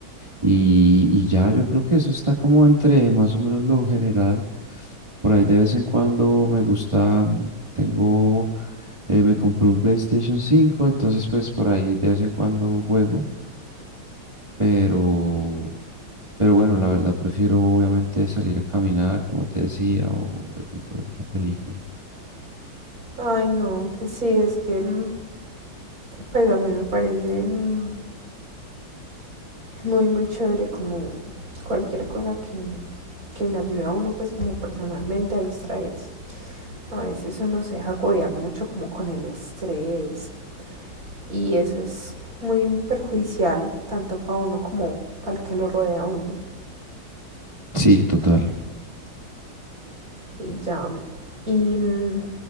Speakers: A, on the right; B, on the right.
A: Y, y ya yo creo que eso está como entre más o menos lo general. Por ahí de vez en cuando me gusta, mm, tengo, eh, me compré un PlayStation cinco entonces pues por ahí de vez en cuando juego, pero, pero bueno, la verdad prefiero obviamente salir a caminar, como te decía, o de pronto ver una película.
B: Ay, no, que sí, es que mm, pues a mí me parece mm, muy, muy chévere como cualquier cosa que, que le ayude a uno pues como personalmente a distraerse. A veces uno se deja agobiar mucho como con el estrés y eso es muy perjudicial tanto para uno como para el que lo rodea a uno.
A: Sí, total.
B: Y ya, mm, y mm,